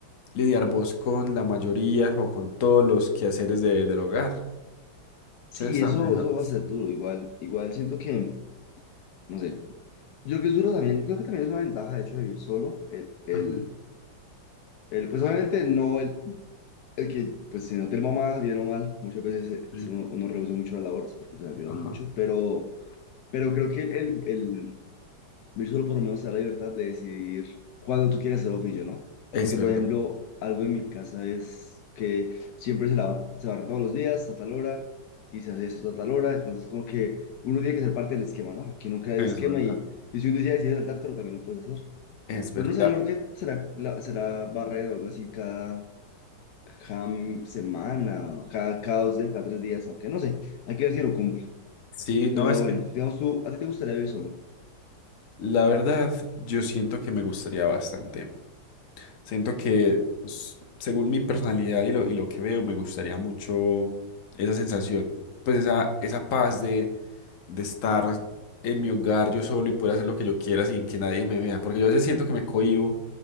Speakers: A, on the left; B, on the left.
A: lidiar vos con la mayoría o con todos los quehaceres de, del hogar.
B: Sí,
A: Entonces
B: eso,
A: también...
B: eso va
A: esa-
B: a ser duro. Igual, igual siento que, no sé, yo creo que es duro también, creo que también es una ventaja, de hecho, de vivir solo. El, el,
A: Ajá,
B: el, pues obviamente no el, el que, pues si no te mamá, bien o mal, muchas veces eh,
A: sí,
B: uno, uno reduce mucho las labores porque pues ayudan
A: ajá.
B: mucho, pero... Pero creo que el, el, Luis solo por lo menos te da la libertad de decidir cuándo tú quieres hacer oficio, ¿no?
A: Es
B: Porque,
A: verdad,
B: por ejemplo, algo en mi casa es que siempre se lava, se barre todos los días a tal hora y se hace esto a tal hora, entonces como que uno tiene que ser parte del esquema, ¿no? Aquí no queda
A: es
B: el esquema
A: verdad,
B: y, y si un día decides saltártelo también lo puedes hacer.
A: es verdad.
B: Pero no sé, yo creo que será, la- será barrer o algo así cada, cada semana, o cada, cada dos días, cada tres días, aunque no sé, hay que ver si lo cumplo.
A: Sí, no,
B: Pero
A: es
B: bueno,
A: que
B: digamos tú, ¿a ti te gustaría vivir solo?
A: la verdad yo siento que me gustaría bastante. Siento que s- según mi personalidad y lo, y lo que veo, me gustaría mucho esa sensación, pues esa, esa paz de estar en mi hogar yo solo y poder hacer lo que yo quiera sin que nadie me vea. Porque yo a veces siento que me cohíbo